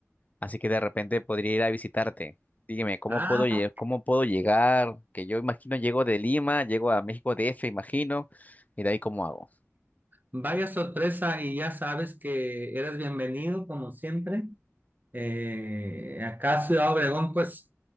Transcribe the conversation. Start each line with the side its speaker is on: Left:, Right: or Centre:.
Left: así que de repente podría ir a visitarte. Dígame, ¿cómo
Right: Ah,
Left: puedo, lle- cómo puedo llegar? Que yo imagino llego de Lima, llego a México DF, imagino, y de ahí cómo hago.
Right: vaya sorpresa y ya sabes que eres bienvenido como siempre. Eh, acá Ciudad Obregón, pues,